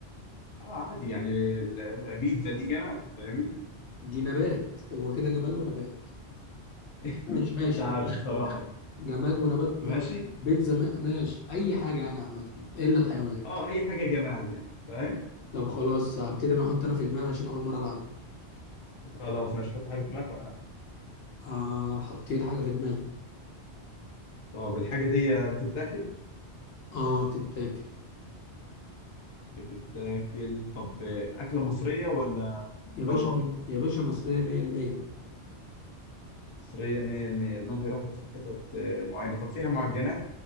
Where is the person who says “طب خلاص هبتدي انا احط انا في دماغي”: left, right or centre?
Left